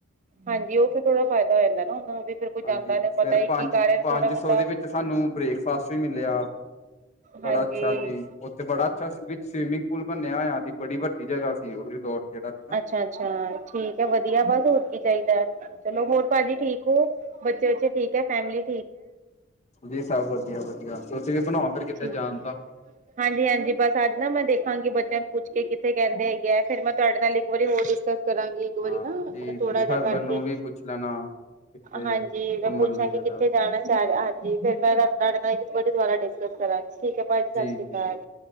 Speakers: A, on the right (about 40°); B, on the left (about 35°).
A: ਹਾਂਜੀ ਓ ਫਿਰ ਥੋੜਾ ਫਾਇਦਾ ਹੋ ਜਾਂਦਾ ਨਾ ਉਹਨਾਂ ਨੂੰ ਵੀ ਫਿਰ ਕੋਈ
B: ਹਾਂਜੀ
A: ਜਾਂਦਾ ਨੀ ਪਤਾ
B: ਫਿਰ
A: ਹੀ
B: ਪੰਜ-ਪੰਜ
A: ਕੀ ਕਰ ਰਿਹਾ ਥੋੜਾ ਬਹੁਤਾ
B: ਸੌ ਦੇ ਵਿੱਚ ਸਾਨੂੰ ਬ੍ਰੇਕਫਾਸਟ ਵੀ ਮਿਲਿਆ।
A: ਹਾਂਜੀ
B: ਬੜਾ ਅੱਛਾ ਸੀ। ਉੱਥੇ ਬੜਾ ਅੱਛਾ ਵਿੱਚ ਸਵਿਮਿੰਗ ਪੂਲ ਬਣਿਆ ਹੋਇਆ ਸੀ ਬੜੀ ਵੱਡੀ ਜਗ੍ਹਾ ਸੀ ਓ ਰਿਜ਼ੋਰਟ ਜਿਹੜਾ ਸੀ ਨਾ।
A: ਅੱਛਾ-ਅੱਛਾ ਠੀਕ ਹੈ ਵਧੀਆ ਬਸ ਹੋਰ ਕੀ ਚਾਹੀਦਾ। ਚਲੋ ਹੋਰ ਭਾਜੀ ਠੀਕ ਹੋ ਬੱਚੇ-ਬੱਚੇ ਠੀਕ ਹੈ ਫੈਮਿਲੀ
B: ਜੀ ਸਭ ਵਧੀਆ-ਵਧੀਆ ਤੁਸੀਂ ਵੀ ਬਣਾਓ ਫਿਰ ਕਿਤੇ
A: ਠੀਕ।
B: ਜਾਣ ਦਾ
A: ਹਾਂਜੀ-ਹਾਂਜੀ ਬਸ ਅੱਜ ਨਾ ਮੈਂ ਦੇਖਾਂਗੀ ਬੱਚਿਆਂ ਨੂੰ ਪੁੱਛ ਕੇ ਕਿੱਥੇ ਕੈਂਦੇ ਹੈਗੇ ਫਿਰ ਮੈਂ ਤੁਹਾਡੇ ਪੈਲੇ ਇੱਕ ਵਾਰੀ ਹੋਰ ਡਿਸਕਸ ਕਰਾਂਗੀ ਇੱਕ ਵਾਰੀ
B: ਹਾਂ
A: ਨਾ
B: ਜੀ
A: ਥੋੜਾ
B: ਜੀ
A: ਜਿਹਾ
B: ਹਸਬੈਂਡ
A: ਕਰਕੇ
B: ਨੂੰ ਵੀ ਪੁੱਛ ਲੈਣਾ ਕਿੱਥੇ
A: ਹਾਂਜੀ
B: ਘੁੰਮਣ
A: ਮੈਂ ਪੁੱਛਾਂਗੀ
B: ਲਈ ਜਗ੍ਹਾ
A: ਕਿੱਥੇ ਜਾਣਾ। ਹਾਂਜੀ ਫਿਰ ਮੈਂ ਤੁਹਾਡੇ ਨਾਲ ਇੱਕੇ ਦੁਬਾਰਾ ਡਿਸਕਸ ਕਰਾਂਗੀ ਠੀਕ ਹੈ। ਭਾਜੀ ਸਤਿ
B: ਜੀ
A: ਸ਼੍ਰੀ
B: ਜੀ
A: ਅਕਾਲ
B: ਜੀ